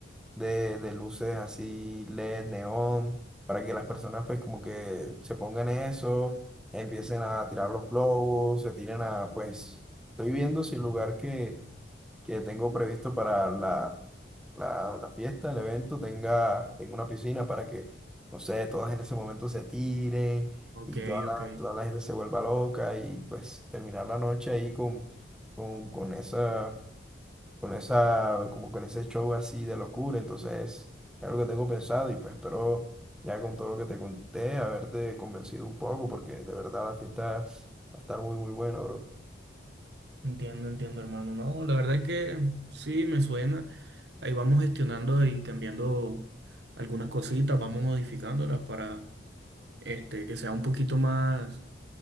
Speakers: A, in the centre; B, on the right.
A: de, de luces así LED, neón, para que las personas pues como que se pongan eso, empiecen a tirar los globos, se tiren a pues, estoy viendo si el lugar que, que tengo previsto para la la, la fiesta, el evento tenga, tenga una piscina para que, no sé, todas en ese momento se tiren
B: Ok,
A: y toda la,
B: ok.
A: toda la gente se vuelva loca y pues terminar la noche ahí con, con, con esa, con esa, como con ese show así de locura. Entonces, es algo que tengo pensado y pues espero ya con todo lo que te conté haberte convencido un poco porque de verdad la fiesta va a estar muy, muy buena, bro.
B: Entiendo, entiendo, hermano. No, la verdad que sí, me suena. Ahí vamos gestionando y cambiando algunas cositas, vamos modificándolas para este, que sea un poquito más